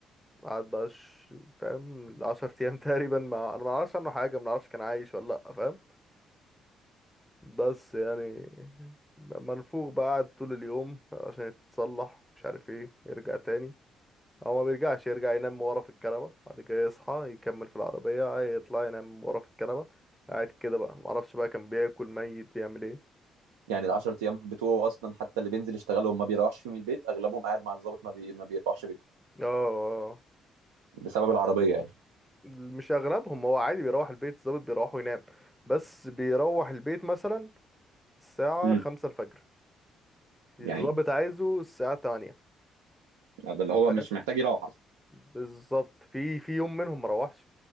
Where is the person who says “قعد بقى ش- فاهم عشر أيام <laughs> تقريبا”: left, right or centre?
Centre